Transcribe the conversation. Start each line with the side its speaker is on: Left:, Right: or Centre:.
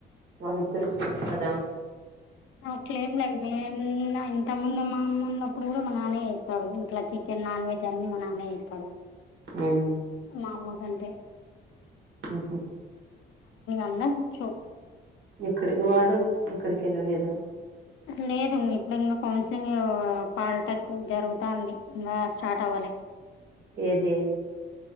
Right: వాళ్ళిద్దరు జెంట్స్ కదా
Left: అట్లే ఏమి లే మేము ఉన్నా ఇంత ముందు మా ఉన్నప్పుడు కూడా మా నాన్నే చెత్తాడు ఇంట్లో చికెన్ నాన్ వెజ్ అన్ని మా నాన్నే చెత్తాడు
Right: ఉమ్
Left: మా అమ్మకంటే
Right: ఉహు
Left: అందరికి వచ్చు
Right: ఇక్కడ వాడు ఏక్కడికి వెళ్ళలేదా
Left: లేదు ఉన్ని ఇప్పుడు ఇంకా కౌన్సిలింగ్ పాలిటెక్ జరుగుతాంది ఇంకా స్టార్ట్ అవ్వాలే
Right: ఏది